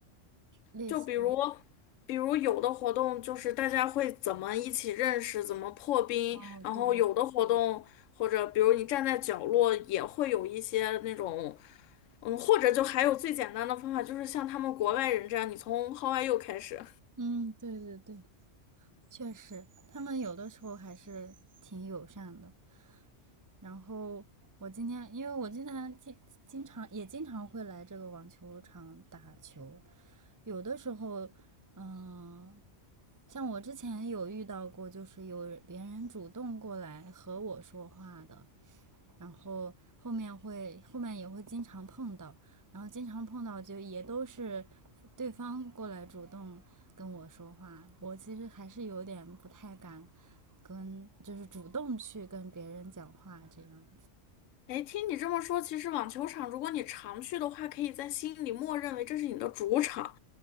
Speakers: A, on the right (about 15°); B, on the left (about 80°).
A: 类似
B: 就比如，比如有的活动就是大家会怎么一起认识，怎么破冰，
A: 哦，
B: 然后有的活动或者比如你站在角落也会有一些那种，
A: 对，
B: 嗯，或者就还有最简单的方法，就是像他们国外人这样，你从 How are you 开始。
A: 嗯，对对对，确实，他们有的时候还是挺友善的。然后我今天，因为我经常经经常也经常会来这个网球场打球，有的时候，嗯，像我之前有遇到过，就是有别人主动过来和我说话的，然后后面会后面也会经常碰到，然后经常碰到就也都是对方过来主动跟我说话，我其实还是有点不太敢跟，就是主动去跟别人讲话这样。
B: 哎，听你这么说，其实网球场如果你常去的话，可以在心里默认为这是你的主场，